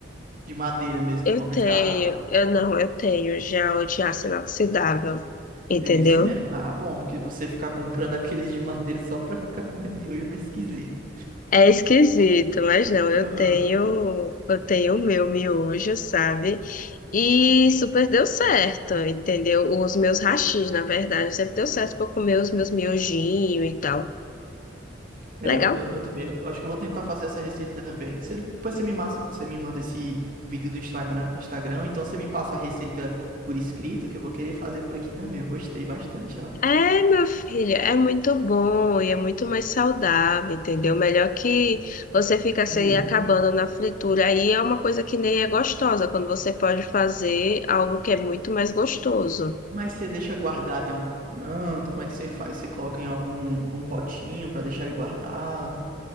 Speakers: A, on the right; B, on the left.
A: de madeira mesmo,
B: eu
A: que tu compra
B: tenho,
A: descartável?
B: eu não, eu tenho já o de aço inoxidável, entendeu?
A: É esse mesmo. Ah, bom, porque você ficar comprando aqueles de madeira só pra ficar comendo miojo é meio esquisito.
B: É esquisito, mas não, eu
A: Aham.
B: tenho, eu tenho o meu miojo, sabe? E super deu certo, entendeu? Os meus hashis, na verdade, sempre deu certo para comer os meus miojinhos e tal.
A: É,
B: Legal?
A: eu, tô- eu também. eu acho que eu vou tentar fazer essa receita também. Se depois você me, mas- você me manda esse vídeo do Instagram, Instagram, então você me passa a receita por escrito, que eu vou querer fazer por aqui também. Eu gostei bastante, ó.
B: É, meu filho, é muito bom e é muito mais saudável, entendeu? Melhor que você ficar se
A: Hum.
B: aí acabando na fritura. Aí é uma coisa que nem é gostosa, quando você pode fazer algo que é muito mais gostoso.
A: Mas você deixa guardado em algum canto? Como é que você faz? Você coloca em algum, algum potinho pra deixar ele guardado?